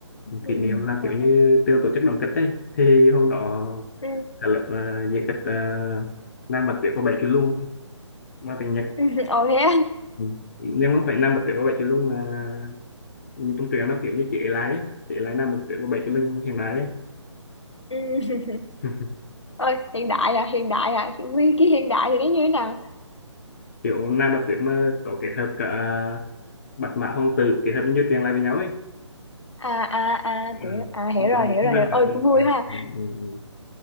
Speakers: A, on the left; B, on the left.
A: ừ.
B: kỷ niệm là
A: ờ,
B: kiểu như trường tổ chức đoàn kịch ấy thì hôm đó
A: ừ.
B: cả lớp à, diễn kịch uh, Nam Bạch Tuyết và Bảy Chú Lung mà tiếng Nhật
A: <laughs> Ừ, Ồ thế á.
B: Ừ. nhưng mà phải Nam Bạch Tuyết và Bảy Chú Lung là như trong truyện nó kiểu như chị lái ấy. chị lái nam bạch tuyết và bảy chú linh hiện đại ấy.
A: ừ.
B: <laughs>
A: Ôi, hiện đại à hiện đại à Quy- cái hiện đại thì nó như thế nào
B: kiểu nam bạch tuyết mà có kết hợp cả à, bạch mã hoàng tử kết hợp như truyện lại với nhau ấy
A: à à à
B: ừ.
A: kiểu à hiểu
B: Cũng
A: rồi
B: kiểu lục
A: hiểu
B: vân
A: rồi hiểu
B: ở
A: ơi
B: bên-
A: cũng vui
B: à,
A: ha
B: ừ, ừ, ừ. ừ.